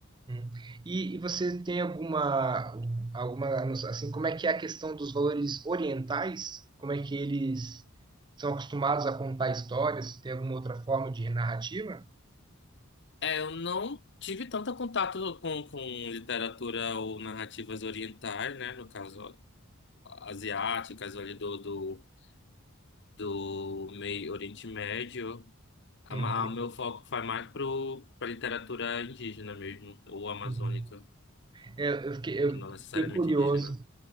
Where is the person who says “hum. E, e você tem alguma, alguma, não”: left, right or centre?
Right